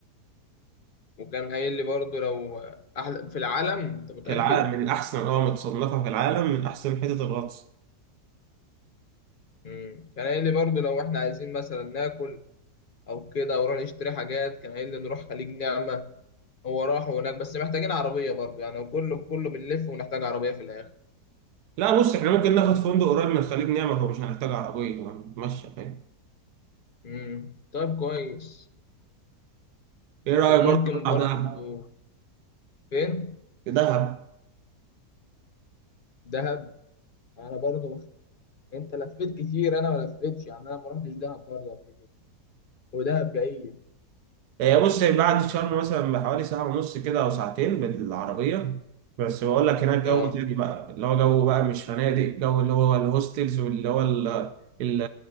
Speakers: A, on the left (about 40°); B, on the right (about 75°).
A: وكان قايل لي برضو لو أحلى في العالم أنت متأكد؟
B: في العالم من احسن اه متصنفه في العالم من احسن حتت الغطس
A: مم. كان قايل لي برضو لو إحنا عايزين مثلا ناكل أو كده أو نروح نشتري حاجات كان قايل لي نروح خليج نعمة هو راح هناك بس محتاجين عربية برضو يعني هو كله كله بنلف ونحتاج عربية في الآخر
B: لا بص احنا ممكن ناخد فندق قريب من خليج نعمة فمش هنحتاج عربيه يعني ماشي فاهم
A: مم. طيب كويس
B: ايه رايك
A: وممكن
B: برضه نطلع
A: برضو
B: دهب
A: فين؟
B: دهب
A: دهب أنا برضو مخ... أنت لفيت كتير أنا ما لفيتش يعني أنا ما رحتش دهب برضو قبل كده ودهب بعيد
B: هي بص بعد شرم مثلا بحوالي ساعة ونص كده أو ساعتين بالعربية بس بقول لك هناك جو
A: اه
B: تاني بقى اللي هو جو بقى مش فنادق جو اللي هو الهوستلز واللي هو ال ال